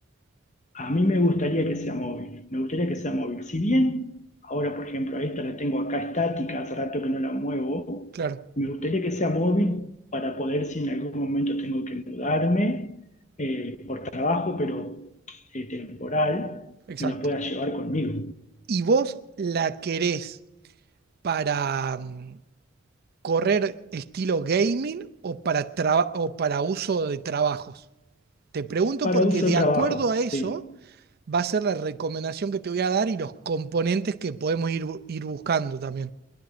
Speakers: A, on the left (about 35°); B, on the right (about 50°).
A: A mí me gustaría que sea móvil, me gustaría que sea móvil. Si bien ahora, por ejemplo, a esta la tengo acá estática, hace rato que no la muevo,
B: Claro,
A: me gustaría que sea móvil para poder, si en algún momento tengo que mudarme eh, por trabajo, pero eh, temporal,
B: exacto.
A: me la pueda llevar conmigo
B: ¿Y vos la querés para, mm, correr estilo gaming o para, traba- o para uso de trabajos. Te pregunto
A: para
B: porque
A: uso
B: de
A: de trabajo.
B: acuerdo a eso
A: sí.
B: va a ser la recomendación que te voy a dar y los componentes que podemos ir, bu- ir buscando también.